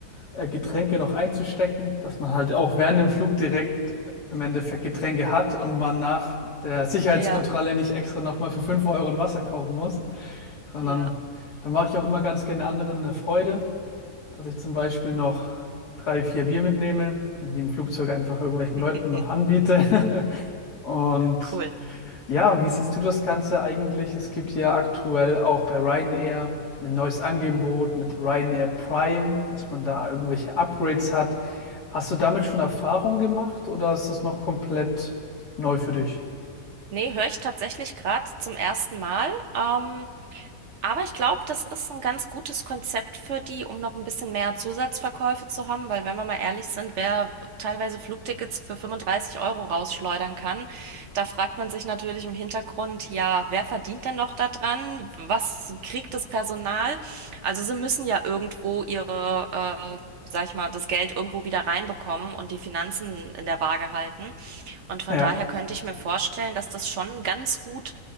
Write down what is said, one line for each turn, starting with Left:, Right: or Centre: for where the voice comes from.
Left: äh, Getränke noch einzustecken, dass man halt auch während dem Flug direkt im Endeffekt Getränke hat und man nach der Sicherheitskontrolle
Right: Ja,
Left: nicht extra nochmal für 5 Euro ein Wasser kaufen muss, sondern
Right: ja,
Left: da mache ich auch immer ganz gerne anderen eine Freude, dass ich zum Beispiel noch drei, vier Bier mitnehme und die im Flugzeug einfach irgendwelchen
Right: <laughs>
Left: Leuten noch anbiete. <laughs> Und
Right: Cool.
Left: ja, wie siehst du das Ganze eigentlich? Es gibt ja aktuell auch bei Ryanair ein neues Angebot mit Ryanair Prime, dass man da irgendwelche Upgrades hat. Hast du damit schon Erfahrung gemacht oder ist das noch komplett neu für dich?
Right: Nee, höre ich tatsächlich gerade zum ersten Mal. Ähm, Aber ich glaube, das ist ein ganz gutes Konzept für die, um noch ein bisschen mehr Zusatzverkäufe zu haben, weil wenn wir mal ehrlich sind, wer teilweise Flugtickets für 35 Euro rausschleudern kann, da fragt man sich natürlich im Hintergrund, ja, wer verdient denn noch daran? Was kriegt das Personal? Also sie müssen ja irgendwo ihre, äh, sag ich mal, das Geld irgendwo wieder reinbekommen und die Finanzen in der Waage halten. Und von
Left: Ja,
Right: daher könnte ich mir vorstellen, dass das schon ganz gut